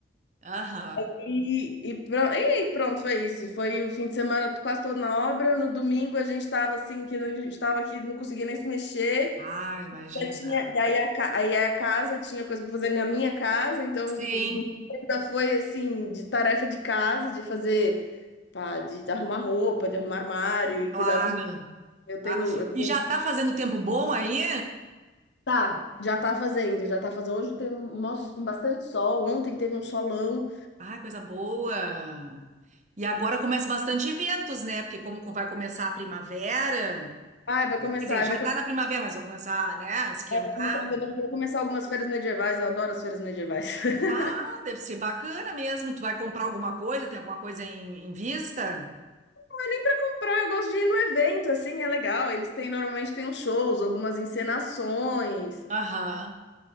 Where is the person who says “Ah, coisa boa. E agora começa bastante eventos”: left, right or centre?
Right